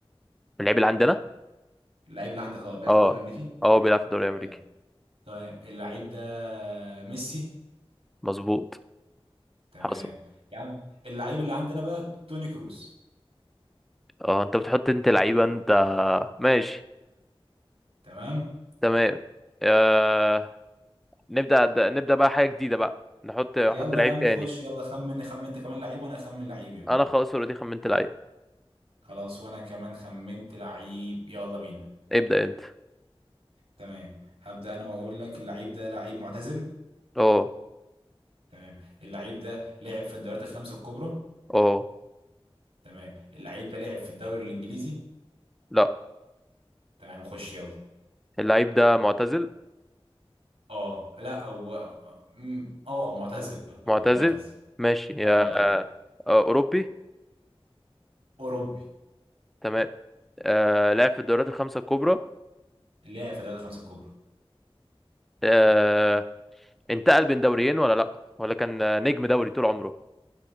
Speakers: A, in the centre; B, on the right (about 85°).
A: اللعيب اللي عندنا
B: اللعيب اللي عندك اه بيلعب
A: اه
B: في الدوري الامريكي
A: اه بيلعب في الدوري الامريكي
B: تمام تمام اللعيب ده ميسي
A: مظبوط
B: تمام
A: حصل
B: يا عم اللعيب اللي عندنا بقى توني كروس
A: اه انت بتحط انت لعيبة انت ماشي
B: تمام
A: تمام آه... نبدأ د- نبدأ بقى حاجة جديدة بقى نحط احط
B: يلا
A: لعيب
B: يا عم
A: تاني
B: خش يلا خمن خمن انت كمان لعيب وانا اخمن لعيب يلا
A: انا خلاص اوريدي خمنت لعيب
B: خلاص وانا كمان خمنت لعيب يلا بينا
A: ابدأ انت
B: تمام هبدأ انا واقول لك اللعيب ده لعيب معتزل
A: اه
B: تمام اللعيب ده لعب في الدوريات الخمسة الكبرى
A: اه
B: تمام اللعيب ده لعب في الدوري الانجليزي
A: لا
B: تمام خش يلا
A: اللعيب ده معتزل
B: اه لا او م- اه معتزل
A: معتزل
B: اه معتزل
A: ماشي
B: اه
A: آه...
B: معتزل
A: آه... اوروبي
B: اوروبي
A: تمام آه... لعب في الدوريات الخمسة الكبرى
B: لعب في الدوريات الخمسة الكبرى
A: آه... انتقل بين دوريين ولا لا ولا كان نجم دوري طول عمره